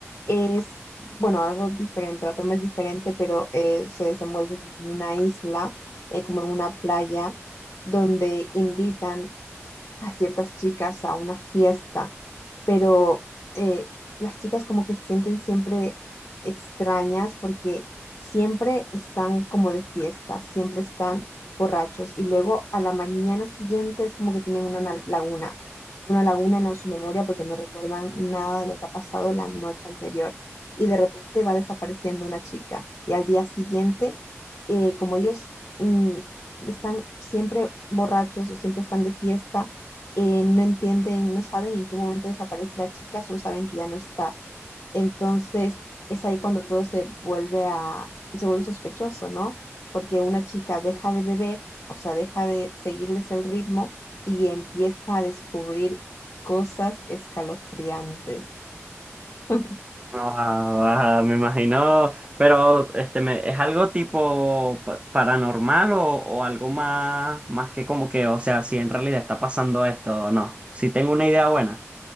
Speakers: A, on the left (about 75°); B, on the right (about 25°).
A: es, bueno, algo diferente, la toma es diferente, pero eh, se desenvuelve como en una isla, eh, como en una playa, donde invitan a ciertas chicas a una fiesta, pero eh, las chicas como que se sienten siempre extrañas porque siempre están como de fiesta, siempre están borrachos y luego a la mañana siguiente es como que tienen una na- laguna, una laguna en su memoria porque no recuerdan nada de lo que ha pasado la noche anterior y de repente va desapareciendo una chica y al día siguiente, eh, como ellos mm, están siempre borrachos o siempre están de fiesta, eh, no entienden, no saben en qué momento desaparece la chica, solo saben que ya no está. Entonces, es ahí cuando todo se vuelve a, se vuelve sospechoso, ¿no? Porque una chica deja de beber, o sea, deja de seguirles el ritmo y empieza a descubrir cosas escalofriantes. <laughs>
B: Ah, ah, me imagino, pero este, me- ¿es algo tipo pa- paranormal o, o algo más, más que como que, o sea, si en realidad está pasando esto o no? Si tengo una idea buena,